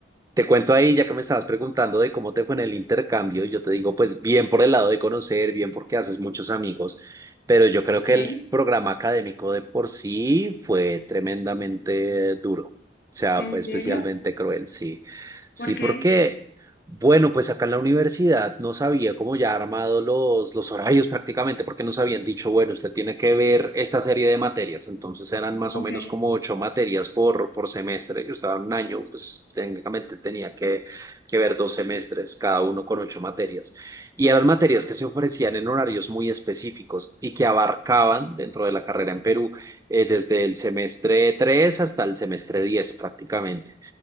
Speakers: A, on the right; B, on the left.
A: Te cuento ahí, ya que me estabas preguntando de cómo te fue en el intercambio, yo te digo, pues bien por el lado de conocer, bien porque haces muchos amigos, pero yo creo que
B: Ok,
A: el programa académico de por sí fue tremendamente duro, o sea,
B: ¿En
A: fue
B: serio?
A: especialmente cruel, sí, sí,
B: ¿Por qué?
A: porque bueno, pues acá en la universidad nos había como ya armado los, los horarios prácticamente, porque nos habían dicho, bueno, usted tiene que ver esta serie de materias, entonces eran más
B: Ok.
A: o menos como ocho materias por, por semestre, yo estaba en un año, pues técnicamente tenía que, que ver dos semestres, cada uno con ocho materias, y eran materias que se ofrecían en horarios muy específicos y que abarcaban dentro de la carrera en Perú eh, desde el semestre 3 hasta el semestre 10 prácticamente.